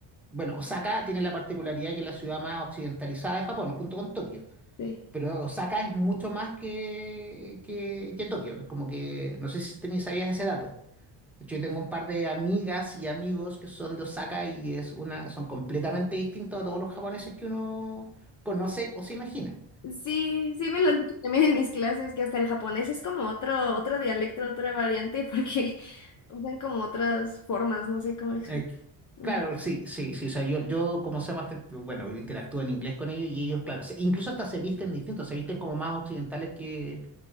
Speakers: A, in the centre; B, on the left.
A: bueno, Osaka tiene la particularidad que es la ciudad más occidentalizada de Japón, junto con Tokio.
B: Sí.
A: Pero Osaka es mucho más que, que, que Tokio. Es como que, no sé si tenías, sabías ese dato. De hecho, yo tengo un par de amigas y amigos que son de Osaka y es una, son completamente distintos a todos los japoneses que uno conoce o se imagina.
B: Sí, sí me lo han dicho también en mis clases que hasta el japonés es como otro otro dialecto, otra variante porque <laughs> usan como otras formas, no sé cómo explicar.
A: Ex-
B: Ujú.
A: claro, sí, sí, sí. O sea, yo, yo como se llama este, bueno, interactúo en inglés con ellos y ellos, claro, se- incluso hasta se visten distintos, se visten como más occidentales que